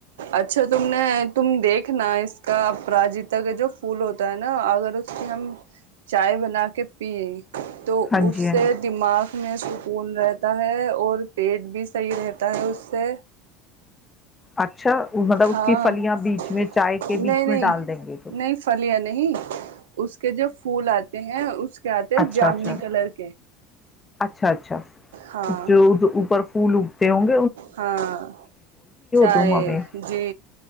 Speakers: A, on the right; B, on the left.
A: اچھا تم نے تم دیکھنا اس کا اپراجیتا کا جو پھول ہوتا ہے نا اگر اس کی ہم چائے بنا کے پیے تو
B: ہاں
A: اس
B: جی ہاں
A: سے
B: جی
A: دماغ میں سکون رہتا ہے اور پیٹ بھی صحیح رہتا ہے اس سے
B: اچھا مطلب اس
A: ہاں
B: کی فلیاں بیچ میں چائے
A: نہیں
B: کے بیچ
A: نہیں
B: میں ڈال دیں گے تو
A: نہیں پھلیاں اس کے جو پھول آتے ہیں اس کیا آتے ہیں
B: اچھا
A: جامنی
B: اچھا
A: کلر کے
B: اچھا اچھا
A: ہاں
B: جو اوپر اسکول اگھتے ہ <unintelligible>
A: ہاں چاہے
B: تم ہمیں
A: جی